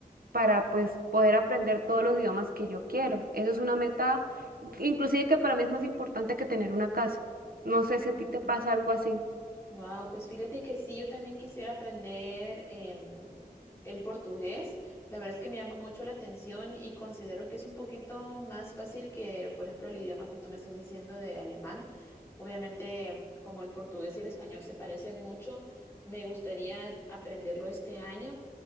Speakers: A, on the right; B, on the left.
A: para pues poder aprender todos los idiomas que yo quiero. Eso es una meta, inclusive que para mí es más importante que tener una casa. No sé
B: Ujú.
A: si a ti te pasa algo así.
B: Wow, pues fíjate que sí, yo también quisiera aprender em, el portugués. La verdad es que me llama mucho la atención y considero que es un poquito más fácil que, por ejemplo, el idioma que tú me estás diciendo de alemán. Obviamente, como el portugués y el español se parecen mucho, me gustaría aprenderlo este año